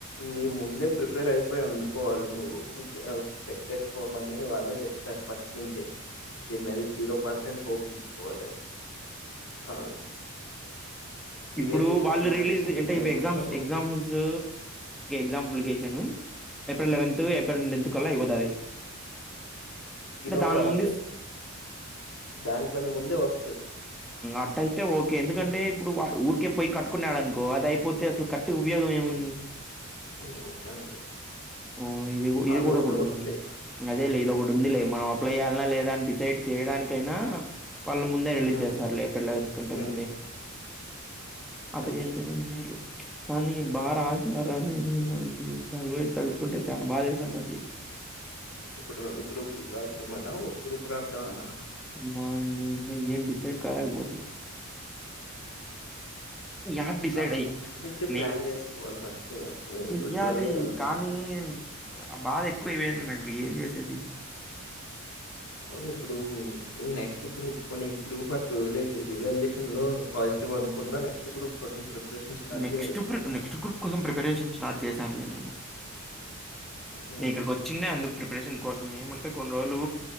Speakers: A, on the left; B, in the centre.
A: నీ ముందే ప్రిపేర్ అయేవుండిపోవాలి నువ్వు ఆఫెక్ట్ పెటేసుకోమని వాళ్ళే చెప్తారు ఫస్ట్ నుంచే దీని మీద జీరో పర్సెంట్ హోప్ ఉంచుకోవాలి అది కావును రివాల్యూషన్
B: ఇప్పుడు వాళ్ళు
A: రిజల్ట్స్
B: రిలీజ్
A: చేంజ్
B: అంటే ఇ
A: అవ్వచ్చు
B: ఎగ్జామ్స్
A: అవ్వకపో
B: రాంజు exams application April eleventh April ninth కల్ల ఇవ్వదది
A: ఈ
B: అంటే
A: లోపే
B: దాని
A: వస్తాయి
B: ముందు
A: దానికన్నా ముందే వస్తది
B: అట్ట అయితే ఓకే ఎందుకంటే ఇప్పుడు వా ఊరికే పోయి కట్టుకున్నాడనుకో అది అయిపోతే అసలు కట్టి ఉపయోగం ఏముంది
A: హ్మ్. అంతే
B: ఓ ఇది ఇది
A: ఆ లోపే
B: కూడా ఒకటి
A: వస్తాయి
B: ఉంది అదే లే ఇది ఒకటి ఉంది లే మనం అప్లై చేయాలన్నా లేదా అని డిసైడ్ చేయడానికి అయినా వాళ్ళు ముందే రిలీజ్
A: హ్మ్.
B: చేస్తర్లే ఏప్రిల్ లెవెన్త్ కంటే
A: హ్మ్.
B: ముందే అట్ట
A: అంతే
B: చేస్తేనే మేలు కానీ బా రాసినారా నేను
A: హ్మ్.
B: నాకు
A: హ్మ్.
B: దాని గురించి
A: హ్మ్.
B: తలుచుకుంటే చానా బాధేస్తుండది
A: ఇప్పుడు రెండు గ్రూపులు రాద్దామనా ఒక గ్రూప్ రాద్దామనా
B: నాన్ ని ఇంక ఏం డిసైడ్ కాలేకపోతున్న యాద్ డిసైడ్
A: ఆహ్,
B: అయి
A: ఇప్పటి నుంచే ప్లాన్
B: ని
A: చేసుకోవాలి ఫస్ట్
B: చెయ్యాలి
A: రెండు రాయాలి అనుకుంటున్నాం
B: కానీ ఆ బాధ ఎక్కువ అయిపోయింది ఏం చేసేది
A: అవును ఇప్పుడూ నెక్స్ట్ గ్రూప్నీ ఈ గ్రూప్ అట్ల వదిలేసి రెవల్యూషన్ లో పాజిటివ్ అనుకున్న నెక్స్ట్ గ్రూప్ కోసం ప్రిపరేషన్ స్టార్ట్
B: నెక్స్ట్
A: చేయాలి కదా
B: ప్రె నెక్స్ట్ గ్రూప్ కోసం ప్రిపరేషన్ స్టార్ట్ చేశానులే నేను
A: హ్మ్.
B: నే ఇక్కడికి వచ్చిందే అందుకు ప్రిపరేషన్ కోసం ఏమంటే కొన్ని రోజులు